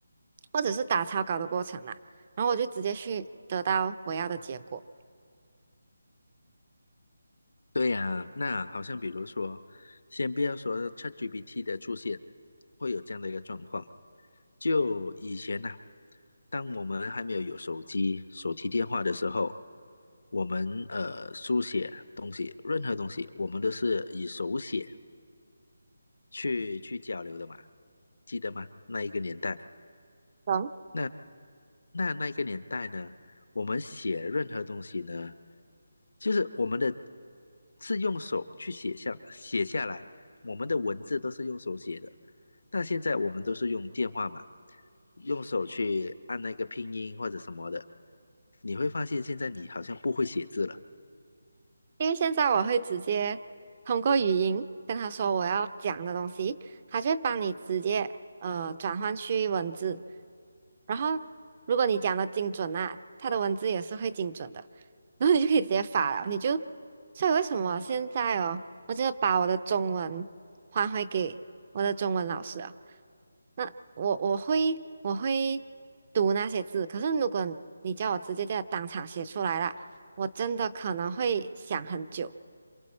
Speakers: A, on the right (about 25°); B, on the left (about 75°).
A: 或者是打草稿的过程啦、然后我就直接去得到我要的结果。
B: 对呀，那好像比如说，先不要说 ChatGPT 的出现会有这样的一个状况，就以前呐、当我们还没有有手机、手提电话的时候，我们呃书写东西，任何东西，我们都是以手写去去交流的嘛，记得吗？那一个年代，
A: 懂
B: 那那那一个年代呢，我们写任何东西呢，就是我们的是用手去写下写下来，我们的文字都是用手写的。那现在我们都是用电话嘛，用手去按那个拼音或者什么的，你会发现现在你好像不会写字了。
A: 因为现在我会直接通过语音跟他说我要讲的东西，他就会帮你直接呃转换去文字，然后如果你讲的精准啊，他的文字也是会精准的，然后你就可以直接发了，你就，所以为什么现在哦，我就把我的中文还回给我的中文老师啊，那我我会我会读那些字，可是如果你叫我直接在当场写出来啦。我真的可能会想很久。